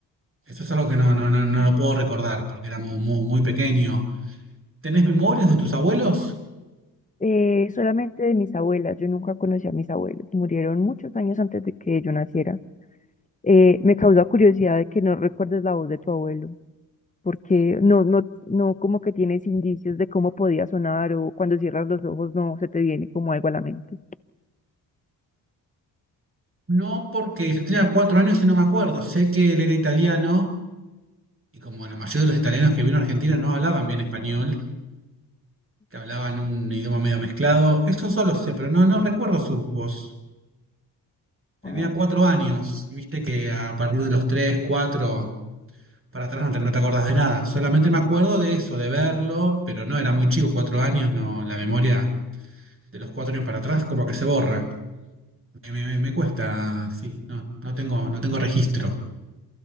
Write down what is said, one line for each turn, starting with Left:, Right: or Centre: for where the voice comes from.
Right: Eso es algo que no, no, no, no lo puedo recordar, porque era muy, muy muy pequeño. ¿Tenés memorias de tus abuelos?
Left: Eh, solamente de mis abuelas, yo nunca conocí a mis abuelos, murieron muchos años antes de que yo naciera. Eh, me causa curiosidad de que no recuerdes la voz de tu abuelo, porque no, no, no como que tienes indicios de cómo podía sonar o cuando cierras los ojos no se te viene como algo a la mente.
Right: No, porque yo tenía cuatro años y no me acuerdo. Sé que él era italiano y como la mayoría de los italianos que vino a Argentina no hablaban bien español, que hablaban un idioma medio mezclado, eso solo sé, pero no, no recuerdo su voz. Tenía
Left: Wow.
Right: cuatro años y viste que a partir de los tres, cuatro, para atrás no te, no te acordás de nada. Solamente me acuerdo de eso, de verlo, pero no, era muy chico, cuatro años, no, la memoria de los cuatro años para atrás como que se borra. Me, me- me cuesta, sí, no, no tengo, no tengo registro.